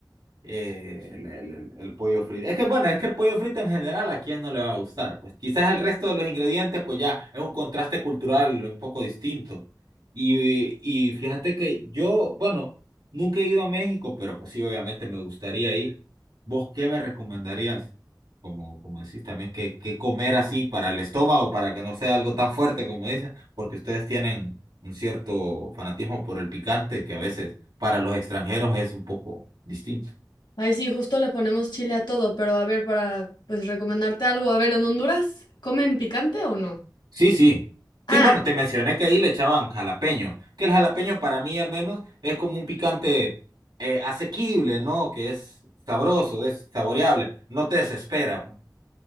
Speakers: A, on the right (about 85°); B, on the left (about 80°).
A: eh, el, el- el- pollo frito. Es que bueno, es que el pollo frito en general a quién no le va a gustar. Pues quizás el resto de los ingredientes, pues ya es un contraste cultural un poco distinto. Y, y fíjate que yo, bueno, nunca he ido a México, pero pues sí, obviamente me gustaría ir. ¿Vos qué me recomendarías? Como, como decís también, que, que comer así para el estómago, para que no sea algo tan fuerte como dicen, porque ustedes tienen un cierto fanatismo por el picante que a veces para los extranjeros es un poco distinto.
B: Ay, sí, justo le ponemos chile a todo, pero a ver, para pues recomendarte algo. A ver, ¿en Honduras comen picante o no?
A: Sí, sí.
B: Ah,
A: Sí, bueno, te mencioné que ahí le echaban jalapeño, que el jalapeño para mí al menos es como un picante eh, asequible, ¿no? Que es sabroso, es saboreable, no te desespera. pues.